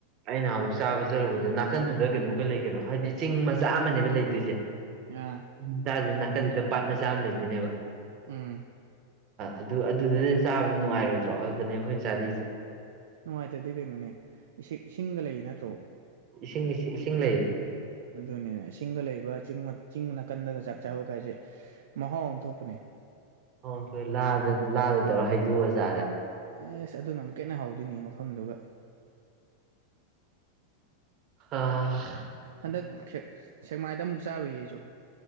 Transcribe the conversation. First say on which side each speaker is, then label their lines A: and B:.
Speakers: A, on the right; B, on the right.
A: ꯑꯩꯅ ꯑꯃꯨꯛ ꯆꯥꯕ ꯆꯔꯨꯕꯗ ꯅꯥꯀꯟꯗꯨꯗ ꯀꯩꯅꯣꯒ ꯂꯩ ꯀꯩꯅꯣ ꯍꯥꯏꯗꯤ ꯆꯤꯡ ꯃꯆꯥ ꯑꯃꯅꯦꯕ ꯂꯩꯗꯣꯏꯁꯦ
B: ꯑꯥ
A: ꯎꯁꯤ ꯅꯥꯀꯟꯁꯤꯗ ꯄꯥꯠ ꯃꯆꯥꯝ ꯑꯃ ꯂꯩꯗꯣꯏꯅꯦꯕ
B: ꯎꯝ
A: ꯑꯗꯨ ꯑꯗꯨꯗꯨꯗꯤ ꯆꯥꯕꯗꯨ ꯅꯨꯡꯉꯥꯏꯔꯣꯏꯗ꯭ꯔꯣ ꯑꯗꯨꯗꯅꯦ ꯑꯩꯈꯣꯏꯅ ꯆꯥꯗꯏꯁꯦ
B: ꯅꯨꯡꯉꯥꯏꯇ꯭ꯔꯗꯤ ꯀꯩꯅꯣꯅꯦ ꯏꯁꯤꯡ ꯏꯁꯤꯡꯒ ꯂꯩ ꯅꯠꯇ꯭ꯔꯣ
A: ꯏꯁꯤꯡ ꯏꯁꯤꯡ ꯏꯁꯤꯡ ꯂꯩ
B: ꯑꯗꯨꯅꯤꯅ‌ꯦ ꯏꯁꯤꯡꯒ ꯂꯩꯕ ꯆꯤꯡ ꯆꯤꯡ ꯅꯥꯀꯟꯗꯒ ꯆꯥꯛ ꯆꯥꯕ ꯀꯥꯏꯖ‌ꯦ ꯃꯍꯥꯎ ꯑꯃ ꯊꯣꯛꯄꯅꯦ
A: ꯍꯣ ꯑꯈ‌ꯣꯏ ꯂꯥꯗ ꯂꯥꯗꯇꯧꯔ ꯍꯩꯗꯣꯛꯑ ꯆꯥꯔ‌ꯦ
B: ꯑꯦꯁ ꯑꯗꯨꯅ ꯑꯃꯨꯛꯀ ꯍꯟꯅ ꯍꯥꯎꯗꯣꯏꯅꯦ ꯃꯐꯝꯗꯨꯒ
A: ꯑꯥ
B: ꯍꯟꯗꯛ ꯁꯦꯛ ꯁ‌ꯦꯛꯃꯥꯏꯗ ꯑꯃꯨꯛ ꯆꯥꯔꯨꯏꯌꯦ ꯑꯩꯁꯨ